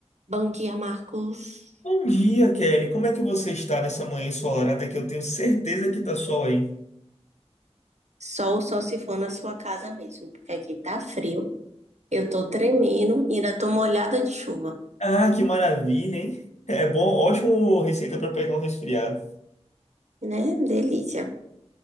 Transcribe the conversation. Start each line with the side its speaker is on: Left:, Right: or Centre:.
Right: Bom dia, Marcos.
Left: Bom dia, Kelly. Como é que você está nessa manhã ensolarada que eu tenho certeza que tá sol aí?
Right: Sol, só se for na sua casa mesmo, porque aqui tá frio. Eu tô tremendo, e ainda tô molhada de chuva,
Left: Ah, que maravilha, hein? É bom, ótimo receita para pegar um resfriado.
Right: né? Delícia.